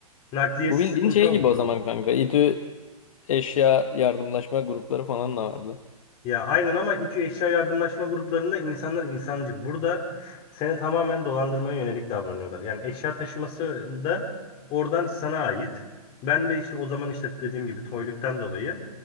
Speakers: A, on the left; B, on the left.
A: Nakliyesi
B: Bu bildiğin
A: sıkıntı
B: şey
A: oldu.
B: gibi o zaman kanka. İTÜ eşya yardımlaşma grupları falan da vardı.
A: Ya aynen ama İTÜ Eşya Yardımlaşma gruplarında insanlar insancıl. Burada seni tamamen dolandırmaya yönelik davranıyorlar. Yani eşya taşıması da oradan sana ait. Ben de işte o zaman işte dediğim gibi toyluktan dolayı